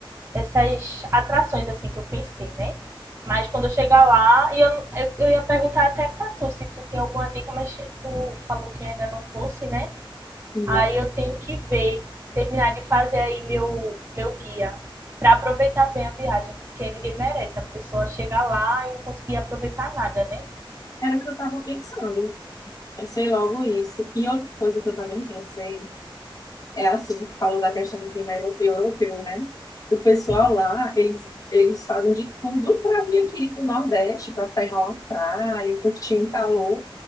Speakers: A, on the right; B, on the left.
A: essas atrações assim que eu pensei, né? Mas quando eu chegar lá, eu, eu, eu ia perguntar até pra tu se tu tem alguma dica, mas tu falou que ainda não fosse, né?
B: Não,
A: Aí eu tenho que ver, terminar de fazer aí meu, meu guia, pra aproveitar bem a viagem, porque ninguém merece a pessoa chegar lá e não conseguir aproveitar nada, né?
B: era o que eu estava pensando. Pensei logo isso. E outra coisa que eu também pensei é assim, falou da questão do clima euro- europeu, né? O pessoal
A: <laughs>
B: lá, eles, eles fazem de tudo para vir aqui pro Nordeste, para pegar uma praia, curtir um calor.